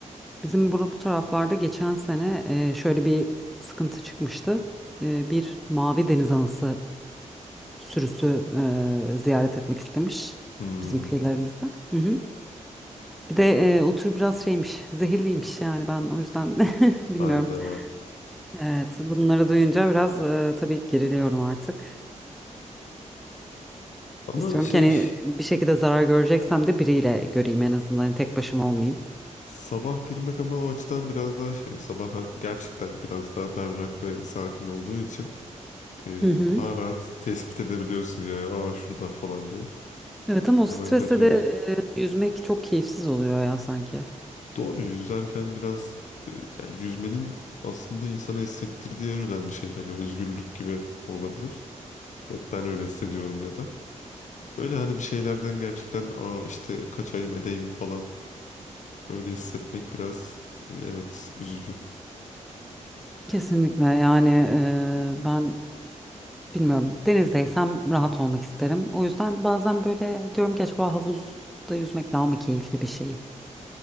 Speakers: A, in the centre; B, on the left (about 70°).
A: Bizim bura, bu taraflarda geçen sene e, şöyle bir sıkıntı çıkmıştı. E, bir mavi deniz anası sürüsü e, ziyaret etmek istemiş
B: Hmm,
A: bizim kıyılarımızda. Hı hı. Bir de e, o tür biraz şeymiş, zehirliymiş yani ben o yüzden <laughs> bilmiyorum.
B: hayda.
A: Evet, bunları duyunca biraz e, tabii geriliyorum artık.
B: Ama
A: İstiyorum
B: şey
A: ki hani bir şekilde zarar göreceksem de biriyle göreyim en azından hani tek başıma olmayayım.
B: sabah girmek ama o açıdan biraz daha şey sabah gerçekten biraz daha berrak ve sakin olduğu için e,
A: Hı hı.
B: daha rahat tespit edebiliyorsun ya. Aa şurada falan diye.
A: Evet ama o streste
B: Hemen kaçıyorsun.
A: de e, yüzmek çok keyifsiz oluyor ya sanki.
B: Doğru yüzerken biraz e, yani yüzmenin aslında insana hissettirdiği en önemli şey hani özgürlük gibi olabilir. Ya ben öyle hissediyorum ya da. Öyle hani bir şeylerden gerçekten aa işte kaçayım edeyim falan öyle hissetmek biraz e, evet üzücü.
A: Kesinlikle yani eee, ben bilmiyorum denizdeysem rahat olmak isterim. O yüzden bazen böyle diyorum ki acaba havuzda yüzmek daha mı keyifli bir şey?